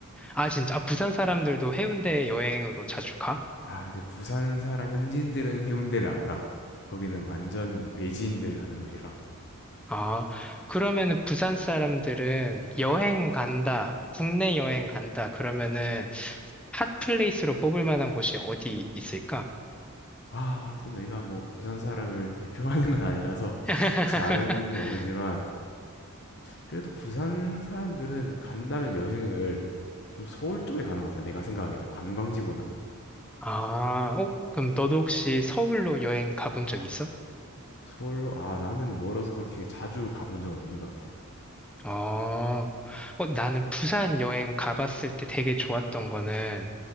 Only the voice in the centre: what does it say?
아, 진짜? 아, 부산 사람들도 해운대 여행으로 자주 가?
아, 그러면은 부산 사람들은 여행 간다, 국내 여행 간다, 그러면은 핫플레이스로 뽑을 만한 곳이 어디 있을까?
<laughs>
아, 어, 그럼 너도 혹시 서울로 여행 가본 적 있어?
어, 어, 나는 부산 여행 가봤을 때 되게 좋았던 거는